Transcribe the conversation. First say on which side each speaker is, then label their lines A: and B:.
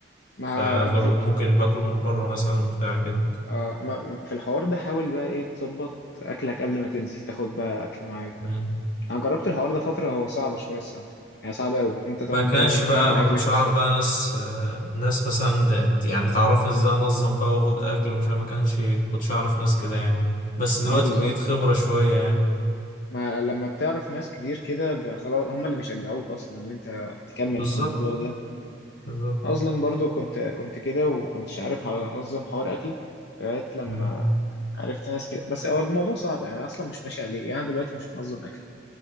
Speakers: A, on the left; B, on the left.
A: ما
B: فأغلب
A: في ال-
B: ممكن باكل من بره مثلا بتاع كده
A: آه ما في الحوار ده حاول بقى ايه تظبط اكلك قبل ما تنزل تاخد بقى اكل معاك
B: مم.
A: بقى انا جربت الحوار ده فتره هو صعب شويه الصراحه يعني صعب قوي انت تقعد
B: ما كانش
A: بقى
B: بقى
A: تعمل
B: ما
A: اكلك
B: كنتش
A: الصبح
B: أعرف بقى ناس آه، ناس مثلا دقت- يعني تعرفني إزاي أنظم بقى وآخد أكل ومش عارف ما كانش كنتش أعرف ناس كده يعني بس دلوقتي
A: اه بالظبط
B: بقيت خبرة شوية يعني
A: ما لما بتعرف ناس كتير كده ب- خلاص هم اللي بيشجعوك اصلا ان انت تكمل
B: بالظبط
A: في الموضوع ده
B: بالظبط
A: اصلا برضو كنت كنت كده وكنتش عارف انظم حوار اكلي لغايه لما
B: مم.
A: عرفت ناس كده بس هو الموضوع صعب يعني انا اصلا مش ماشي عليه يعني انا دلوقتي مش منظم اكلي